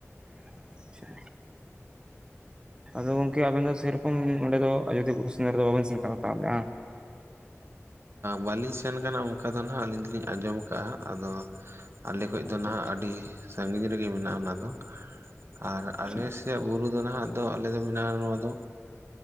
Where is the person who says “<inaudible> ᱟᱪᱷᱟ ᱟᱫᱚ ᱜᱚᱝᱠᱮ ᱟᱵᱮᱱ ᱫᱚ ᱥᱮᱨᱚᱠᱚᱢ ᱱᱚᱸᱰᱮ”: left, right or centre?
Right